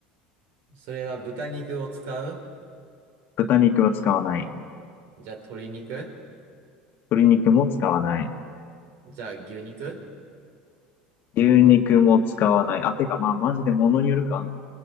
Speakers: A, on the right; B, on the left.
A: それは豚肉を使う
B: 豚肉は使わない。
A: じゃあ鶏肉
B: 鶏肉も使わない。
A: じゃあ牛肉
B: 牛肉も使わない。あ、てかまあマジで物によるか。